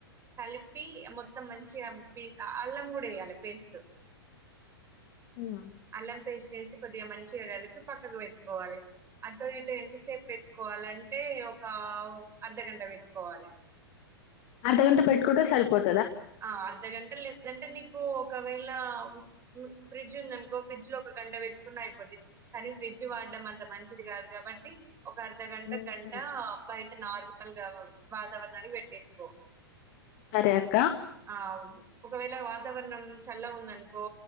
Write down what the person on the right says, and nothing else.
కల్పి మొత్తం మంచిగా అ అల్లం గూడా ఏయాలి పేస్టు
అల్లం పేస్టేసి కొద్దిగా మంచిగ గాల్పీ పక్కన్ పెట్టుకోవాలి అటు ఇటు ఏం ఎంతసేప్ పెట్కోవాలంటే ఇగ ఒక అద్దగంట వెట్కోవాలే
ఆ అర్ధగంట లే దంటే మీకు ఒకవేళ మ్ ఫ్రిడ్జ్ ఉందన్కో ఫ్రిడ్జ్ లో ఒక గంట పెట్కున్న ఐపోద్ది కానీ ఫ్రిడ్జ్ వాడ్డం అంత మంచిది గాద్ కాబట్టి ఒక అర్ధ గంట
గంట
బైట్ అంటె నార్మల్గా వాతవర్ణానిక్ వెట్టేస్కో
ఆమ్ ఒకవేళ వాతావర్ణం చల్లగుందన్కో